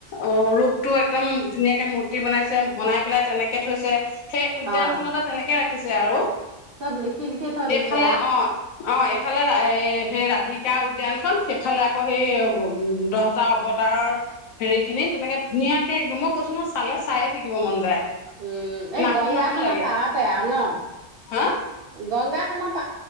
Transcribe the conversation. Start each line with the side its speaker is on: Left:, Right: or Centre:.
Left: অ ৰূপ টো একদম ধুনীয়াকে মূ ৰ্টি বনাইছে বনাই পেলাই তেনেকে কে থৈছে সেই উদ্যানখনতে
Right: অ
Left: তেনেকে ৰাখি ছে আৰু
Right: চব লিখি লিখি থৈ দিছে
Left: এইফালে
Right: আ
Left: অ অ এইফালে সেই ৰাধিকা উদ্যানখন সেইফালে আকৌ সেই দহটা অৱতাৰৰ হেৰি খিনি তেনেকে ধুনীয়াকে একদ মই কৈছো নহয় চালে চায়ে থাকিব মন যায়
Right: উম এই
Left: নাহো
Right: গংগাখনৰ
Left: নাহো লাগে
Right: পাৰতে আৰু ন
Left: হা
Right: গংগা খন প